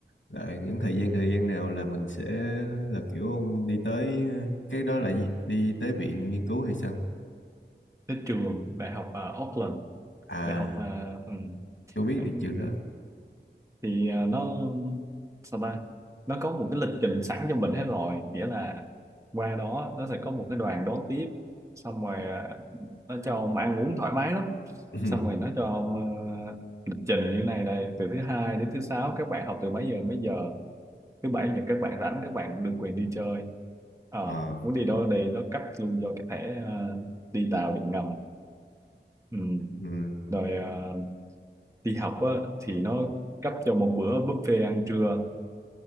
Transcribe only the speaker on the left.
là những thời gian thời gian nào là mình sẽ là kiểu ông đi tới cái đó là gì? Đi tới viện nghiên cứu hay sao?
À,
tôi biết
được trường đó.
<laughs>
<coughs>
Ờ.
Ừ.